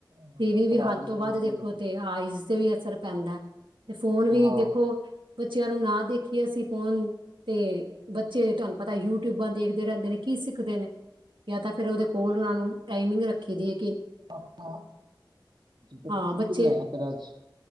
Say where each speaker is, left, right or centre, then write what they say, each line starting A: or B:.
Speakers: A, on the right (about 65°); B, on the right (about 85°).
A: ਹਾਂ
B: ਟੀ ਵੀ ਵੀ
A: ਪੜ੍ਹਾਈ
B: ਹੱਦ ਤੋਂ
A: ਜ਼ਰੂਰੀ
B: ਬਾਦ ਦੇਖੋ
A: ਹੈ।
B: ਤੇ ਆਈਜ਼ ਦੇ ਵੀ ਫ਼ਰਕ ਪੈਂਦਾ ਤੇ ਫੋਨ ਵੀ
A: ਹਾਂ,
B: ਦੇਖੋ ਬੱਚਿਆਂ ਨੂੰ ਨਾ ਦੇਖੀਏ ਅਸੀਂ ਫੋਨ ਤੇ ਬੱਚੇ ਤੁਹਾਨੂੰ ਪਤਾ ਯੂਟਿਊਬਾਂ ਦੇਖਦੇ ਰਹਿੰਦੇ ਨੇ ਕੀ ਸਿੱਖਦੇ ਨੇ। ਯਾਂ ਤਾਂ ਫੇਰ ਉਹਦੇ ਕੋਲ ਉਹਨਾਂ ਨੂੰ ਟਾਈਮਿੰਗ ਰਖ ਕਿ ਦੀ ਏ।
A: ਆਪ ਤੇ ਤੁਸੀਂ
B: ਹਾਂ ਬੱਚੇ
A: ਕੀ ਬਣਾਇਆ ਫਿਰ ਅੱਜ